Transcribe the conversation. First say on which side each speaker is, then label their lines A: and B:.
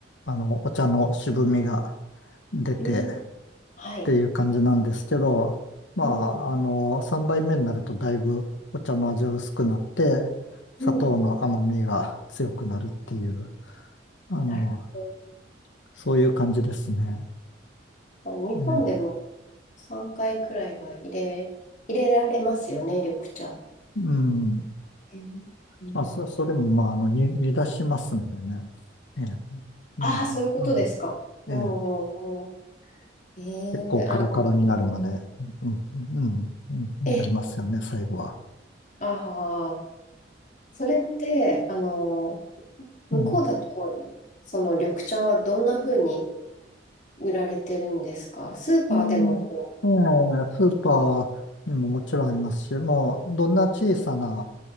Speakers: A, on the left; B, on the left.
A: あの、お茶の渋みが出てっ
B: うん。はい。
A: ていう感じなんですけど、まあ、
B: うん。
A: あの3杯目になるとだいぶお茶の味は薄くなって、砂糖の甘みが強くなるっていう、
B: うん。
A: あの
B: なるほ
A: そういう感じですね。
B: ど。
A: ね、
B: 日本でも3回くらいは入れ、入れられますよね、緑茶。
A: うん。
B: えーうん
A: まあ、そ、それも、まあ、あの、煮、煮出しますんでね。ええ、まあ、
B: ああ、そういうことですか。
A: うん、
B: もうんう
A: ええ、
B: んええあの、
A: 結構カラカラになるまで、うん、うん、うん、うんなりますよね、
B: え、
A: 最後は。
B: ああ、それって、あの、向こうだと、
A: うん。
B: その緑茶はどんな風に売られてるんですかスーパーでもこ
A: うんええ、スーパーにももちろんありますし、もう、どんな小さな